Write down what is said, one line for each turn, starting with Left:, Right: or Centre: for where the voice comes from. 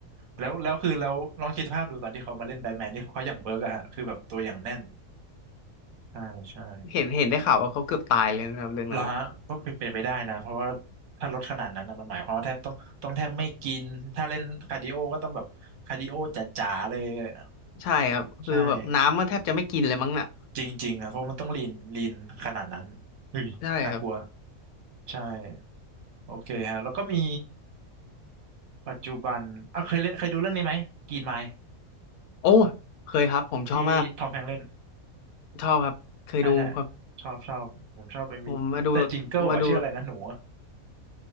Right: แล้วแล้วคือแล้วลองคิดภาพดูตอนที่เขามาเล่นแบทแมนนี่เขาอย่างเบิร์กอะฮะคือแบบตัวอย่างแน่นใช่ใช่
Left: เห็นเห็นได้ข่าวว่าเขาเกือบตายเลยนะครับเรื่องนั้นนะ
Right: เหรอฮะก็เป็นไปได้นะเพราะว่าถ้าลดขนาดนั้นนะมันหมายความว่าแทบต้องต้องแทบไม่กินถ้าเล่นคาร์ดิโอก็ต้องแบบคาร์ดิโอจ๋าๆเลยอะ
Left: ใช่ครับคือแบบน้ำมันแทบจะไม่กินเลยมั้งน่ะ
Right: ใช่จริงๆนะเพราะมันต้องลีนลีนขนาดนั้นเฮ้ยน่ากลัว
Left: ใช่ครับ
Right: ใช่โอเคฮะแล้วก็มีปัจจุบันอ่ะเคยเล่นเคยดูเรื่องนี้ไหมกรีนไมล์
Left: โอ้เคยครับผมชอบมาก
Right: ที่ทอมแฮงค์เล่น
Left: ชอบครับเคยดูครับ
Right: ใช่ใช่ชอบชอบผมชอบไอ้มิสมิสเตอร์จิงเกิลอ่ะชื่ออะไรนะหนูอะ
Left: ผมมาดูมาดู